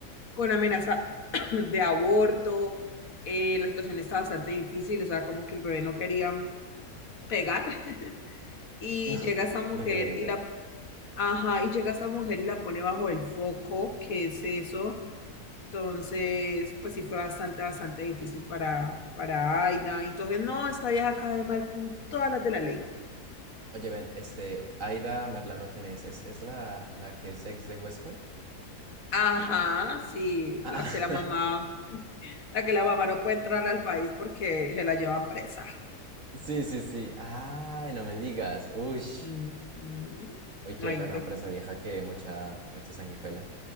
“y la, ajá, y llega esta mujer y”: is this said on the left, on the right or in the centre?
Left